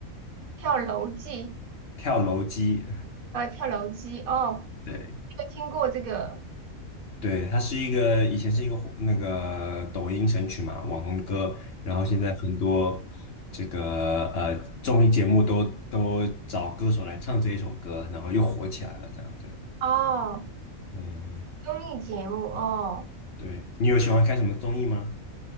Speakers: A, on the right; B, on the left.
A: 跳楼机，
B: 跳楼机，
A: 呃，跳楼机，哦，
B: 对
A: 没有听过这个，
B: 对，它是一个以前是一个火那个抖音神曲嘛，网红歌，然后现在很多这个呃综艺节目都都找歌手来唱这一首歌，然后又火起来了，这样对。
A: 哦，
B: 嗯，
A: 综艺节目，哦，
B: 对，你有喜欢看什么综艺吗？